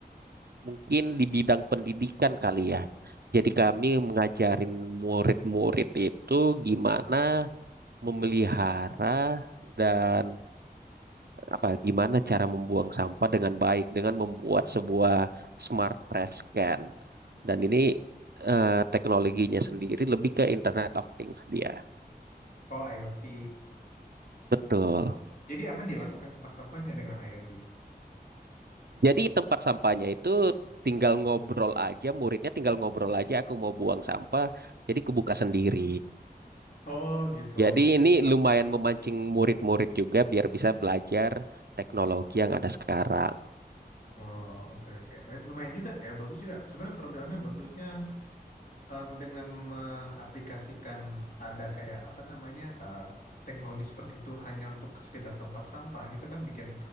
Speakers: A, on the right; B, on the left.
A: mungkin di bidang pendidikan kali ya. Jadi kami mengajarin murid-murid itu gimana memelihara dan apa gimana cara membuang sampah dengan baik dengan membuat sebuah smart trash can. Dan ini eh, teknologinya sendiri lebih ke Internet of Things dia.
B: Oh, IoT.
A: Betul.
B: Jadi apa yang dilakukan tempat sampahnya dengan IoT?
A: Jadi tempat sampahnya itu tinggal ngobrol aja, muridnya tinggal ngobrol aja aku mau buang sampah, jadi kebuka sendiri.
B: Oh, gitu.
A: Jadi ini lumayan memancing murid-murid juga biar bisa belajar teknologi yang ada sekarang.
B: Oh, oke oke. Eh, Lumayan juga ya, bagus juga. Sebenarnya programnya bagusnya em, dengan mengaplikasikan ada kayak apa namanya eh, teknologi seperti itu hanya untuk sekedar tempat sampah, itu kan bikin